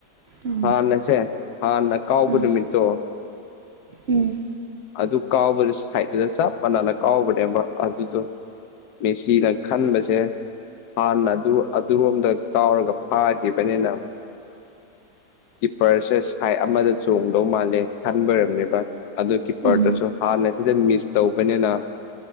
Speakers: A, on the right (about 75°); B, on the left (about 70°).
A: ꯑꯥ
B: ꯍꯥꯟꯅꯁꯦ ꯍꯥ ꯅ ꯀꯥꯎꯕ
A: ꯑꯥ
B: ꯅꯨꯃꯤꯠꯇꯣ
A: ꯎꯝ
B: ꯑꯗꯨ ꯀꯥꯎꯕꯗꯨꯠꯇꯗ ꯆꯞ ꯃꯅꯥꯅ ꯀꯥꯎꯕꯅꯦꯕ ꯑꯗꯨꯗꯣ ꯃꯦꯁꯤꯗ ꯈꯟꯕꯁꯦ ꯍꯥꯟꯅ ꯑꯗꯨ ꯑꯗꯨꯔꯣꯝꯗ ꯀꯥꯎꯔꯒ ꯐꯥꯈꯤꯕꯅꯤꯅ ꯀꯤꯄꯔꯁꯦ ꯁꯥꯏꯠ ꯑꯃꯗ ꯆꯣꯡꯗꯧ ꯃꯥꯜꯂꯦ ꯈꯟꯕꯤꯔꯝꯅꯦꯕ ꯑꯗꯨ ꯀꯤ ꯄꯔꯠꯇꯨꯁꯨ
A: ꯎꯝ
B: ꯍꯥꯟꯅꯁꯤꯗ ꯃꯤꯁ ꯇꯧꯕꯅꯤꯅ